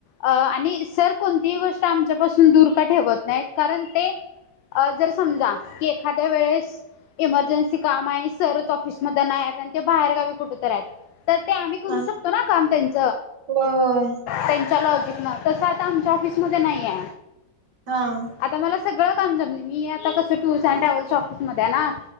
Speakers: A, on the left; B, on the right.
A: अ आणि सर कोणतीही गोष्ट आमच्यापासून दूर का ठेवत नाहीत. कारण ते, अ जर समजा की एखाद्या वेळेस इमर्जन्सी काम आहे आणि सरच ऑफिस मध्ये नाही आहेत आणि ते बाहेरगावी कुठ तर आहेत. तर ते आम्ही करू
B: हा
A: शकतो ना काम त्यांच
B: होय होय
A: त्यांच्या लॉजिक न‌ तस आता आमच्या ऑफिसमध्ये नाहीये.
B: हां
A: आता मला सगळ काम जमत, मी आता कस टूर्स अँड ट्रॅव्हल्सच्या ऑफिसमध्ये आहे ना.